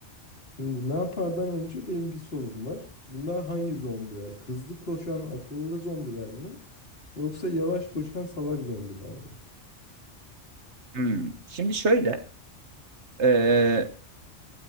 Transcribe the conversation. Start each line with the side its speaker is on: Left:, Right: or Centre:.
Left: Şimdi ne yapardan önce benim bir sorum var. Bunlar hangi zombiler? Hızlı koşan akıllı zombiler mi? Yoksa yavaş koşan salak zombiler mi?
Right: Hmm. Şimdi şöyle e,